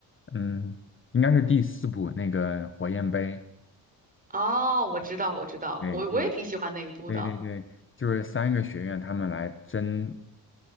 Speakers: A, on the left; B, on the right.
A: 嗯，应该是第四部那个火焰杯，
B: 哦，我知道，我知道，
A: 对，
B: 我我也挺喜欢那一部的。
A: 就是对对对，就是三个学院他们来争